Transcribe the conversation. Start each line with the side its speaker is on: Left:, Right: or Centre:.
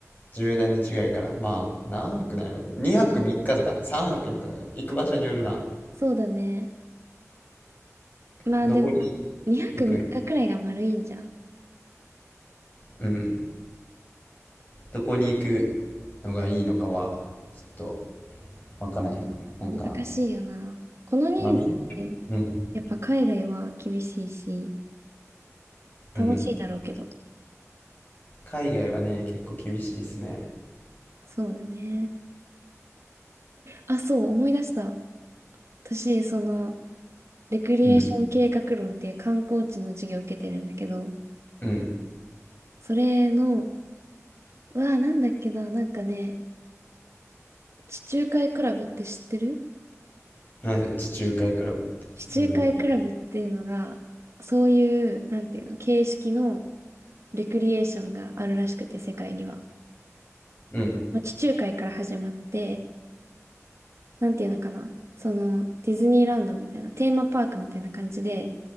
Left: 十何日ぐらいから、まあ、何泊なんやろ、2泊3日とかな、3泊4日とかな、行く場所によるな、
Right: そうだね。まあでも、
Left: どこに
Right: 2泊3日くらいが丸いんじゃん。
Left: 行くんや、うん、どこに行くのがいいのかは、ちょっと、わからへん。なんか、
Right: 難しいよな。この人数で、
Left: まあ、みんうん、
Right: やっぱ海外は厳しいし、楽しいだろうけど。
Left: うん。海外はね、結構厳しいですね。
Right: そうよね。あ、そう、思い出した。私、その、レクリエーション計画論っていう観光地の授業を受けてるんだけど、
Left: うん、うん。
Right: それの、うわあ、なんだっけな、なんかね、地中海クラブって知ってる
Left: なんせ、地中海クラブって、
Right: 地中海クラブっていうのが、
Left: 初めて聞いた。
Right: そういう、なんていうの、形式のレクリエーションがあるらしくて、世界には。
Left: うん、
Right: まあ、地中海から始まって、なんていうのかな、その、ディズニーランドみたいな、テーマパークみたいな感じで、